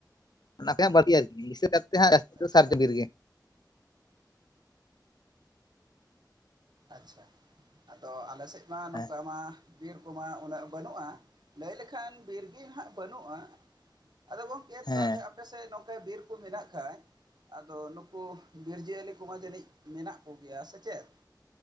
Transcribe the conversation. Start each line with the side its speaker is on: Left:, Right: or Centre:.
Left: ᱚᱱᱟ ᱠᱷᱚᱭᱟᱜ ᱵᱟᱹᱲᱛᱤ ᱟᱨᱠᱤ ᱡᱟ. ᱥᱛᱤ ᱠᱟᱨ ᱛᱮ ᱦᱟᱜ ᱡᱟ. ᱥᱛᱤ
Right: ᱟᱪᱪᱷᱟ
Left: ᱫᱚ ᱥᱟᱨᱡᱚᱢ ᱵᱤᱨ ᱜᱮ
Right: ᱟᱪᱷᱟ ᱟᱫᱚ ᱟᱞᱮ ᱥᱮᱫ ᱢᱟ ᱱᱚᱝᱠᱟ
Left: ᱦᱮᱸ
Right: ᱢᱟ ᱵᱤᱨ ᱠᱚᱢᱟ ᱩᱱᱟᱹᱜ ᱵᱟᱹᱱᱩᱜᱼᱟ ᱞᱟᱹᱭ ᱞᱮᱠᱷᱟᱱ ᱵᱤᱨ ᱜᱮ ᱦᱟᱜ ᱵᱟᱹᱱᱩᱜᱼᱟ ᱟᱫᱚ ᱜᱚᱝ ᱮᱭᱟ
Left: ᱦᱮᱸ
Right: ᱛᱟᱦᱞᱮ ᱟᱯᱮ ᱥᱮᱫ ᱱᱚᱛᱮ ᱵᱤᱨ ᱠᱚ ᱢᱮᱱᱟᱜ ᱠᱷᱟᱡ ᱟᱫᱚ ᱱᱩᱠᱩ ᱵᱤᱨᱡᱤᱭᱟᱹᱞᱤ ᱠᱚᱢᱟ, ᱡᱟᱹᱱᱤᱡ ᱢᱮᱱᱟᱜ ᱠᱚᱜᱮᱭᱟ ᱥᱮ ᱪᱮᱜ?